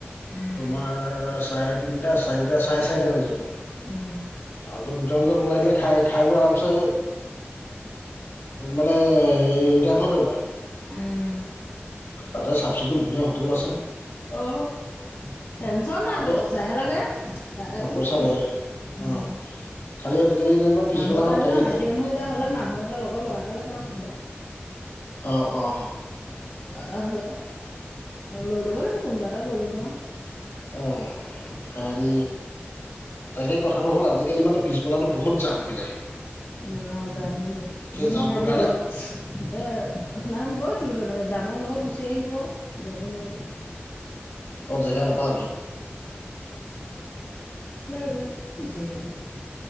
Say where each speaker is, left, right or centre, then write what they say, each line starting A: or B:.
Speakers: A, on the left (about 65°); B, on the left (about 80°).
A: উম,
B: তোমাৰ চাৰে তিনিটা চাৰিটা চাৰে চাৰিটা বাজি যাব
A: উম,
B: আকৌ দুটা বজাত ওলাই দিলে খাই - খাই বই আৰামছে মানে ৰিটাৰ্ণ হ'ব পাৰিবা।
A: উম
B: তাতে চাফ চিকুণ ধুনীয়া হোটেল আছে।
A: অহ ', টেনচন নাই
B: তাকে
A: বৰ পইচাইহে লাগে তাই থাকো
B: পইচা লাগে
A: উম
B: অঁ খালি আজিকালি যেনিবা পিছবেলা
A: মানুহ এটা
B: হ'লে
A: যিবা
B: গাড়ী
A: মাইকী মানুহ এতিয়া হ'লে মানুহ এটা লগৰ ল'ৰা এটা লৈকে আৰু কোনোবা
B: অ - অ।
A: এটা হলে অ, লৈ ল'ব ন ম কোনোবা এটা লৈ লব ন।
B: অ, আৰু তাকে কথাটো হ'ল আজিকালি মানে পিছবেলা বহুত জাম হৈ যায়।
A: ন যাম হৈ যায় আমি
B: জামটোৰ
A: সেই দিনা
B: কাৰণে
A: অলপ এ সিদিনাখন গৈ ছিলো তেনেকে যামৰ বহত গুচি আহিলো যাব নোৱাৰিলো।
B: জেগা নাপালাগে।
A: উম, গুচি আহিলো।